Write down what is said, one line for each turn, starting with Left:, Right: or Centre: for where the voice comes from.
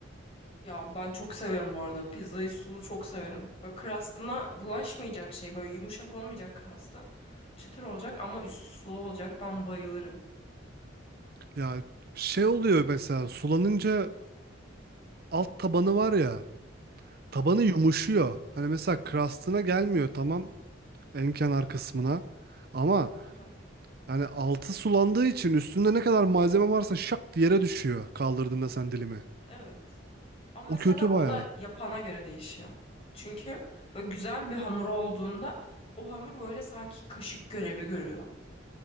Left: Ya ben çok severim bu arada. Pizzayı sulu çok severim. Böyle crust'ına bulaşmayacak şey. Böyle yumuşak olmayacak crust'a. Çıtır olacak ama üstü sulu olacak. Ben bayılırım.
Right: Ya şey oluyor mesela sulanınca alt tabanı var ya. tabanı
Left: Evet.
Right: yumuşuyor. Hani mesela crust'ına gelmiyor tamam en kenar kısmına ama
Left: Aha.
Right: yani altı sulandığı için üstünde ne kadar malzeme varsa şak diye yere düşüyor kaldırdığında sen dilimi.
Left: Evet. Ama
Right: O
Left: mesela
Right: kötü
Left: o
Right: bayağı.
Left: da yapana göre değişiyor. Çünkü böyle güzel bir hamur olduğunda o hamur böyle sanki kaşık görevi görüyor.